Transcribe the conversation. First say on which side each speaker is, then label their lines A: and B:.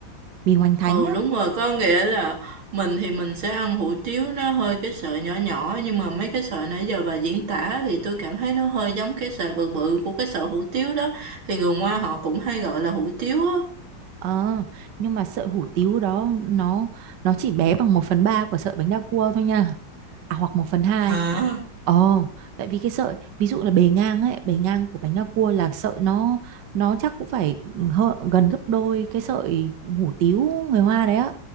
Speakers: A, on the right; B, on the right.
A: Mì Hoành Thánh
B: Ừ
A: á.
B: đúng rồi, có nghĩa là mình thì mình sẽ ăn hủ tiếu nó hơi cái sợi nhỏ nhỏ nhưng mà mấy cái sợi nãy giờ bà diễn tả thì tôi cảm thấy nó hơi giống cái sợi bự bự của cái sợi hủ tiếu đó. Thì người Hoa họ cũng hay gọi là hủ tiếu á.
A: Ờ, nhưng mà sợi hủ tiếu đó nó nó chỉ bé bằng một phần ba của sợi bánh đa cua thôi nha. à, hoặc một phần hai,
B: Hả?
A: Ồ, tại vì cái sợi ví dụ là bề ngang ấy, bề ngang của bánh đa cua là sợi nó nó chắc cũng phải ừ, hơ, gần gấp đôi cái sợi hủ tiếu người Hoa đấy á.